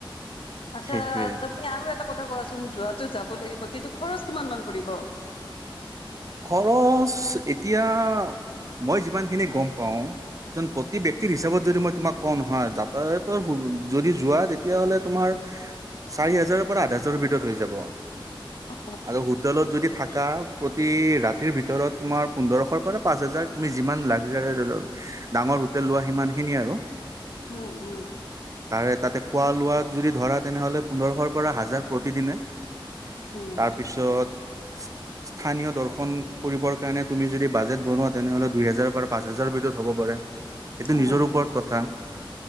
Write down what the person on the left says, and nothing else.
আচ্ছা
তুমি আৰু এটা কথা কোৱাচোন যোৱাটো যাব লাগিব কিন্তু খৰচ কিমান মান পৰিব
অ',
উম উম
উম,
অ',